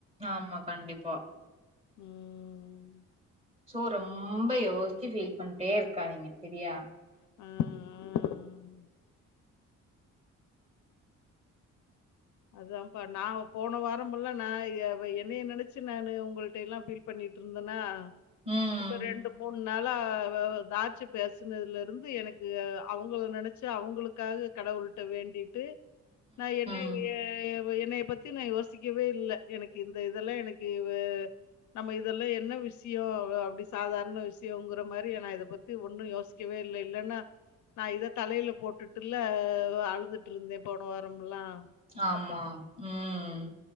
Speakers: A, on the right; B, on the left.
A: ஆமா கண்டிப்பா
B: ம்
A: சோ ரொம்ப யோசிச்சு ஃபில் பண்ணிட்டே இருக்காதீங்க செரியா
B: ஆஹ் ஆஹ் அதான்ப்பா நான் போன வாரமல்லாம் நான் என்னைய நெனைச்சு நானு உங்கள்டேலாம் ஃபீல் பண்ணிட்டு இருந்தேனா
A: ம்.
B: இப்ப ரெண்டு மூணு னால வ வ தாட்சி பேசினதுல இருந்து எனக்கு அவுங்கள நெனைச்சு அவுங்களுக்காக கடவுள்ட்ட வேண்டிட்டு நான் என்னைய
A: உம்
B: என்னைய பத்தி நான் யோசிக்கவே இல்ல எனக்கு இந்த இதெல்லாம் எனக்கு இவ நம்ம இதெல்லாம் என்ன விஷ்யம் அப்டி சாதாரண விஷ்யங்கிற மாரி நான் இத பத்தி ஒன்னும் யோசிக்கவே இல்ல இல்லன்னா நான் இத தலையில போட்டுட்டு இல்ல அழுதுட்டு இருந்தேன் போன வாரம்லாம்
A: ஆமா உம்